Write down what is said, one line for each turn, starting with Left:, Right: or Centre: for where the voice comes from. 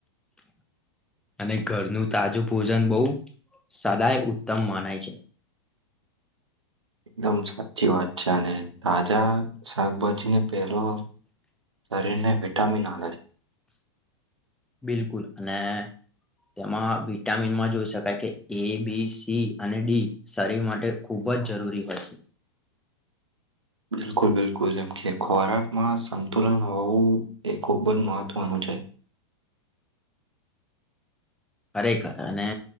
Centre: <inaudible> અને ઘરનું તાજું ભોજન બહુ સદાય ઉત્તમ મનાય છે
Right: એકદમ સાચી વાત છે અને તાજા શાકભાજીને પેલો શરીરને વિટામિન આવે છે
Centre: બિલકુલ અને તેમાં વિટામિનમાં જોઈ શકાય કે એ બી સી અને ડી શરીર માટે ખૂબ બ જ જરૂરી હોય છે
Right: બિલકુલ બિલકુલ જેમ કે ખોરાકમાં સંતુલન હોવું એ ખુબ જ મહત્વનું છે હ
Centre: <inaudible> ખરેખર અને